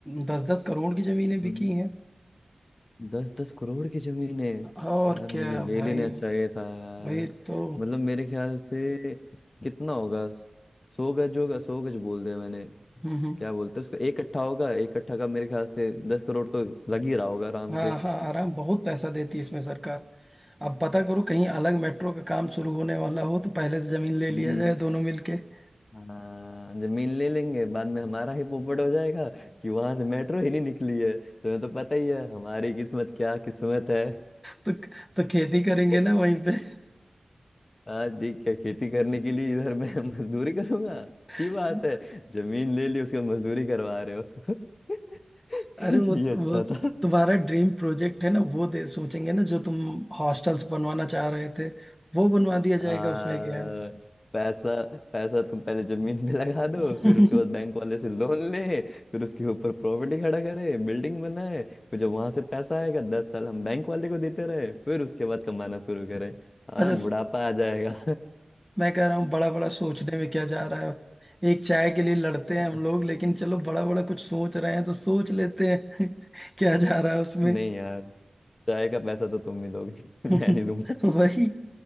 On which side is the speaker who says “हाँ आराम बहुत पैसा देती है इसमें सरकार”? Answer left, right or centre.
Centre